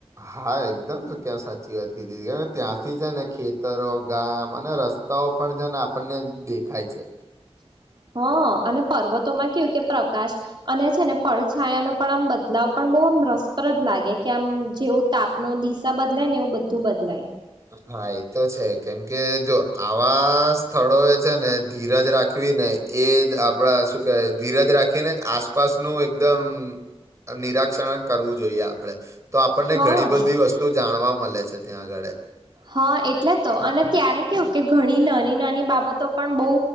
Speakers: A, on the right; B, on the right.
A: હા એકદમ ક્યાં સાચી વાત કીધી હતી ત્યાંથી જ ને ખેતરો ગામ અને રસ્તાઓ પણ જેને આપણને દેખાય છે.
B: <inaudible> હ અને પર્વતોમાં કેવું કે પ્રકાશ અને છે ને પડછાયા નો પણ આમ બદલાવ પણ બો રસપ્રદ લાગે કે આમ જેવું તાપ ન દિશા બદલાય ને એવું બધું બદલાય.
A: હા એ તો છે કેમ કે જો આવા સ્થળો એ છે ને ધીરજ રાખવી નઈ એજ આપડા શું કે ધીરજ રાખીને જ આસપાસનું એકદમ નિરાક્ષરણ કરવું જોઈએ આપ ડે તો આપણને
B: હા
A: ઘણી બધી વસ્તુ જાણવા મળે છે ત્યાં આગળ
B: હા એટલે તો અને ત્યારે કેવું કે ઘણી નાની નાની બાબતો પણ બઉ